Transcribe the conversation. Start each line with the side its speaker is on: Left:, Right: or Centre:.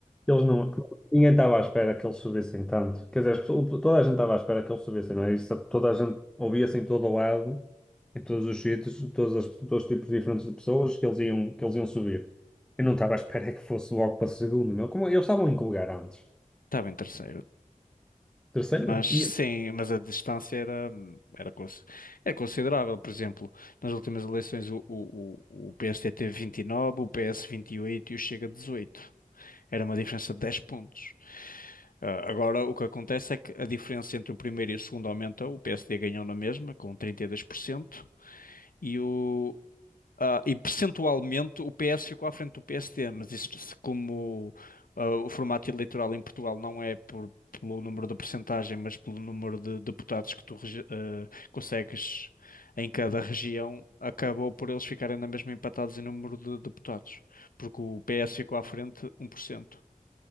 Centre: Eles não, ninguém estava à espera que eles subissem tanto. Quer dizer, as pessoas- toda a gente estava à espera que eles subissem, não é? Isso, toda a gente ouvia-se em todo o lado, em todos os sítios, em todas as, todos os tipos diferentes de pessoas que eles iam, que eles iam subir. Eu não estava à espera que fosse logo para segundo, meu. Como, eles estavam em que lugar antes?
Left: Estava em terceiro.
Centre: Terceiro?
Left: Mas sim,
Centre: Ia.
Left: mas a distância era, era, cons- era considerável. Por exemplo, nas últimas eleições o, o, o o PSD teve 29, o PS 28 e oito e o Chega 18. Era uma diferença de 10 pontos. Ah, agora, o que acontece é que a diferença entre o primeiro e o segundo aumenta. O PSD ganhou na mesma, com trinta e, dois por cento, e, o, ah, e percentualmente o PS ficou à frente do PSD. Mas isso, se- como ah, o formato eleitoral em Portugal não é por, pelo número da percentagem, mas pelo número de deputados que tu rege- ah, consegues em cada região, acabou por eles ficarem na mesma empatados em número de deputados, porque o PS ficou à frente um por cento.